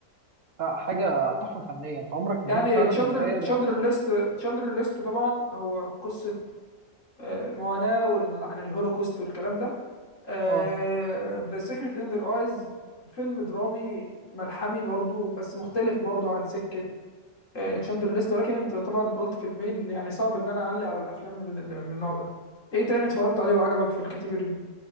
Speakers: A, on the right; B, on the left.
A: لا، حاجه تحفه فنيه انت عمرك ما
B: يعني
A: كنت فعلا
B: تشاندر
A: تتخيل
B: تشاندر ليست تشاندر ليست طبعا هو قصة آه، معاناة وال- عن الهولوكوست والكلام ده آه،
A: اه
B: The Secret in Their Eyes فيلم درامي ملحمي برضو بس مختلف برضو عن سكة تشاندر ليست ولكن انت طبعا قلت فيلمين يعني صعب ان انا اعلي على الافلام ال- ال- من النوع ده ايه تاني اتفرجت عليه وعجبك في الكاتيجوري دي